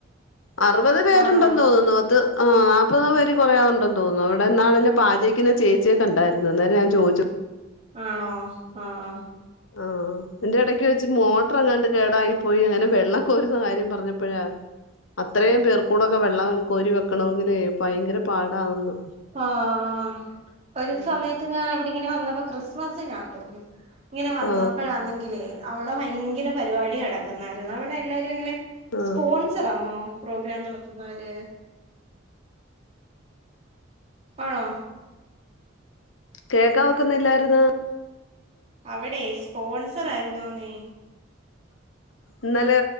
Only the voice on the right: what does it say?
ആണോ
ആണോ ആഹ്
ആഹ് ഒരു
സമയത്ത് ഞാൻ അവിടിങ്ങനെ വന്നപ്പോ ക്രിസ്മസിനാന്ന് തോന്നുന്നു ഇങ്ങനെ വന്നപ്പഴാന്നെങ്കിലേ
അവിടെ ഭയങ്കര പരിപാടി നടക്കുന്നായിരുന്നു അവിടെ എല്ലാരും അങ്ങനെ
സ്പോൺസറാന്നോ പ്രോഗ്രാം നടത്തുന്നവര് ആണോ
അവിടെ സ്പോൺസറ് ആയിരുന്നോന്നേ